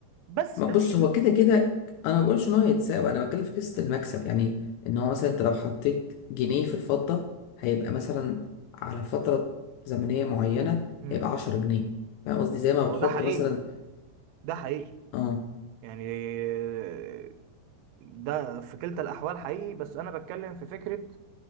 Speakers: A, on the right; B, on the left.
A: بس
B: ما
A: ده
B: بص
A: مش
B: هو كده كده انا ما بقولش ان هو هيتساوي انا بتكلم في قصه المكسب يعني ان هو مثلا انت لو حطيت جنيه في الفضه هيبقى مثلا على فتره زمنيه معينه
A: مم.
B: هيبقى 10 جنيه فاهم قصدي زي ما
A: هو
B: بتحط
A: ده حقيقي
B: مثلا
A: ده حقيقي
B: اه
A: يعني آه، ده في كلتا الاحوال حقيقي بس انا بتكلم في فكرة